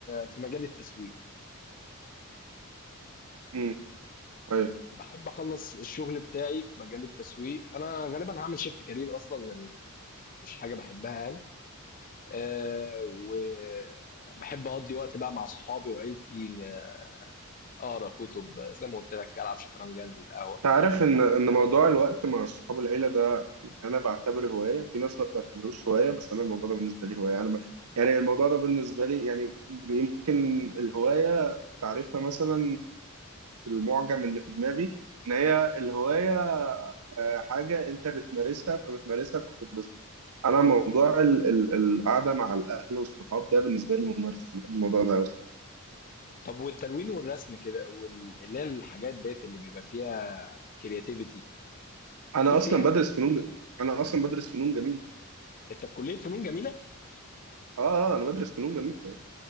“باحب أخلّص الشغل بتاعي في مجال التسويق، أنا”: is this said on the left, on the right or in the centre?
Left